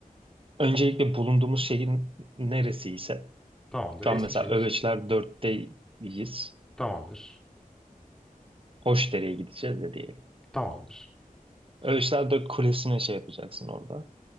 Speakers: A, on the right (about 40°); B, in the centre.
A: Öncelikle bulunduğumuz şehrin neresi ise
B: Tamamdır.
A: şu an
B: Eskişehir.
A: mesela Öveçler dörtteyiz.
B: Tamamdır.
A: Hoşdere'ye gideceğiz ya diyelim.
B: Tamamdır.
A: Öğüşler Dört Kulesi'ne şey yapacaksın orada.